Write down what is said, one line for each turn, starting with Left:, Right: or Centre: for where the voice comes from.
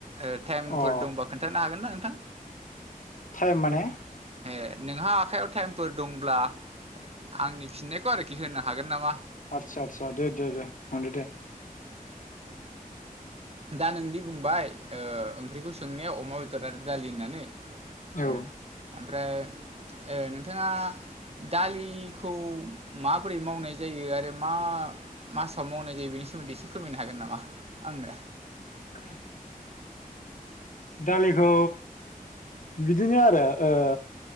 Right: ओ टाइमफोर
Left: अ
Right: दंबा। खोनथानो हागोन ना नोंथां?
Left: थाइम माने?
Right: ए नोंहा आखायाव टाइमफोर दंब्ला आंनि फिननायखौ आरोखि होनो हागोन नामा?
Left: आतसा आतसा दे दे दे थांदो दे।
Right: दा नोंदि बुंबाय ओ‌ ओंख्रिखौ सोंनायाव अमा बेदर आरो दालि होननानै।
Left: औ
Right: ओ ओमफ्राय ओ नोंथाङा दालिखौ माबोरै मावनाय जायो आरो मा मासाव मावनाय जायो बेनि सोमोन्दै एसे फोरमायनो हागोन नामा? आंनो।
Left: <inaudible> दालिखौ बिदिनो आरो ओ